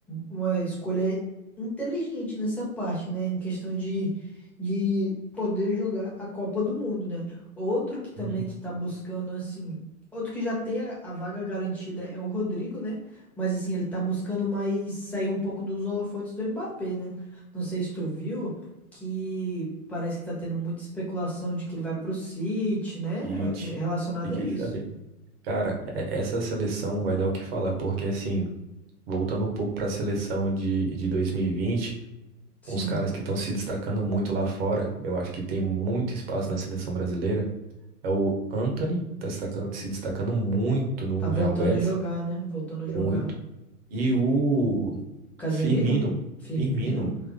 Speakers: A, in the centre; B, on the right.
A: uma escolha inteligente nessa parte, né? Em questão de, de poder jogar a Copa do Mundo, né? Outro que também
B: Uhum.
A: que tá buscando, assim, outro que já tem a, a vaga garantida é o Rodrigo, né? Mas assim, ele tá buscando mais sair um pouco dos holofotes do Mbappé, né? Não sei se tu viu que parece que tá tendo muita especulação de que ele vai pro City, né?
B: E ti-
A: Relacionada
B: fiquei
A: a isso.
B: sabendo. Cara, é- essa seleção vai dar o que falar, porque assim, voltando um pouco para a seleção de, de 2020,
A: Sim,
B: uns caras que estão se destacando muito lá fora, eu acho que tem muito espaço na seleção brasileira, é o Antony, tá destacando- se destacando muito no
A: tá voltando
B: Real Betis,
A: a jogar, né? Voltando a jogar.
B: muito, e o
A: Casemiro?
B: Firmino,
A: Firmino?
B: Firmino